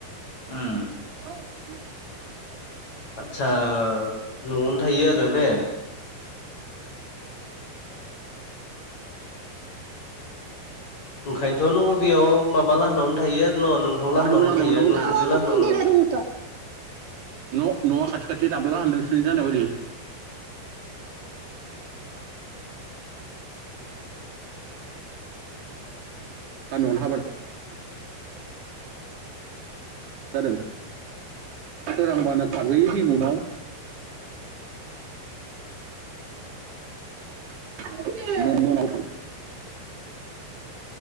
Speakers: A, on the left; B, on the right.
A: उम
B: औ <unintelligible>
A: आदसा न'आवनो थायो आरो ने? ओंखायनोथ' नों अबेयाव माबा लाहानावनो थायो आरो न' नोंहाव लाहोनावनो
B: मारै मोजां रायलायहरनांगौब्रा
A: थायो नोंखुनजो लाहानावनो।
B: न' न'आ खाथि खाथि दाब्ला नोंसिनिजों आंनिदो बायदि। गामियावनो हाबा जादों सोरांबानो खारबोयो बिबौनाव। <unintelligible> म' मना गोथां